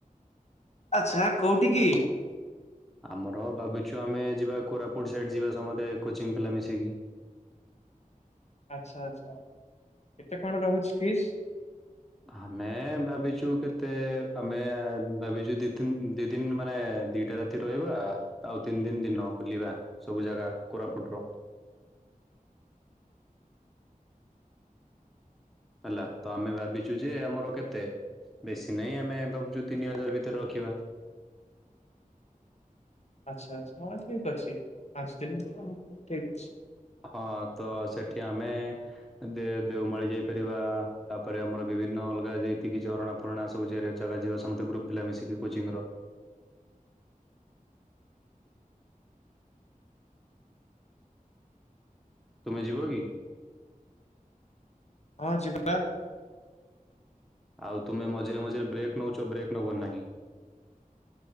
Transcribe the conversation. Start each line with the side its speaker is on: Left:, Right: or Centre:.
Left: ଆଚ୍ଛା କୋଉଟିକି?
Centre: ଆମର ଭାବିଚୁ ଆମେ ଯିବା କୋରାପୁଟ ସାଇଡ୍ ଯିବା ସମସ୍ତେ କୋଚିଂ ପିଲା ମିଶିକି।
Left: ଆଚ୍ଛା ଆଚ୍ଛା କେତେ କଣ ରହୁଚି ଫିସ୍?
Centre: ଆମେ ଭାବିଚୁ କେତେ ଆମେ ଭାବିଚୁ ଦି ତିନ୍ ଦି ଦିନ ମାନେ ଦିଟା ରା ତି ରହିବା ଆଉ ତିନ ଦିନ୍ ଦିନ ବୁଲିବା ସବୁ ଜାଗା କୋରାପୁଟ ର। ହେଲା ତ ଆମେ ଭାବିଚୁ ଯେ ଆମର କେତେ? ବେଶୀ ନାହିଁ ଆମେ ଭାବୁଚୁ ତିନି ହଜାର ଭିତରେ ରଖିବା।
Left: ଆଚ୍ଛା ଆଛା ହଁ ଠିକ୍ ଅଛି ପାଞ୍ଚ ଦିନ ହଁ ଠିକ୍ ଅଛି।
Centre: ହଁ ତ ସେଠି ଆମେ ଦେ ଦେଓମାଳି ଯାଇପାରିବା ତାପରେ ଆମର ବିଭିନ୍ନ ଅଲଗା ଯେତିକି ଝରଣା ଫରଣା ସବୁଜା ଜାଗା ଯିବା ସମସ୍ତେ ଗ୍ରୁପ ପିଲା ମିଶିକି କୋଚିଂ ର। ତୁମେ ଯିବ କି?
Left: ହଁ ଯିବା।
Centre: ଆଉ ତୁମେ ମଝିରେ ମଝିରେ ବ୍ରେକ୍ ନେଉଚ ବ୍ରେକ୍ ନବ ନାହିଁ।